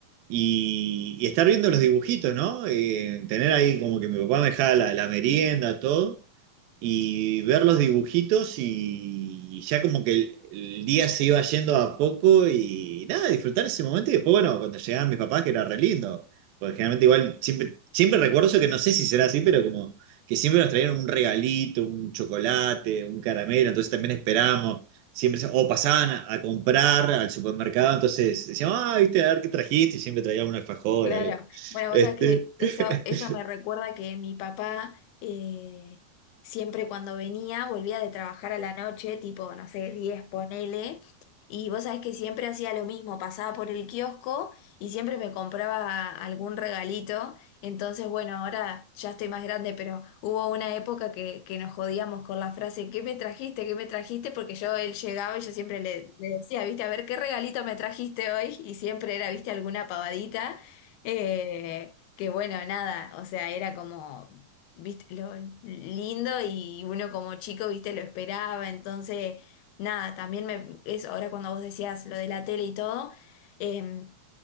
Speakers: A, on the right; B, on the left.
A: Y, y estar viendo los dibujitos, ¿no? Eh, tener ahí como que mi papá me dejaba la, la merienda, todo y ver los dibujitos y ya como que el, el día se iba yendo a poco y nada, disfrutar ese momento y después, bueno, cuando llegaban mis papás, que era re lindo, porque generalmente igual siempre, siempre recuerdo eso, que no sé si será así, pero como que siempre nos traían un regalito, un chocolate, un caramelo, entonces también esperábamos. Siempre, o pasaban a, a comprar al supermercado, entonces decían, ah, viste, a ver qué trajiste, y siempre traían un alfajor,
B: Claro,
A: algo.
B: bueno,
A: Este...
B: vos sabés que eso,
A: <laughs>
B: eso me recuerda que mi papá eh, siempre cuando venía volvía de trabajar a la noche, tipo, no sé, 10 ponele, y vos sabés que siempre hacía lo mismo, pasaba por el kiosco y siempre me compraba algún regalito, entonces bueno, ahora ya estoy más grande, pero hubo una época que, que nos jodíamos con la frase, ¿qué me trajiste? ¿Qué me trajiste? Porque yo, él llegaba y yo siempre le, le decía, viste, a ver, ¿qué regalito me trajiste hoy? Y siempre era, viste, alguna pavadita. Eh, que bueno, nada, o sea, era como, viste, lo lindo y uno como chico, viste, lo esperaba, entonces, nada, también me, es ahora cuando vos decías lo de la tele y todo, em,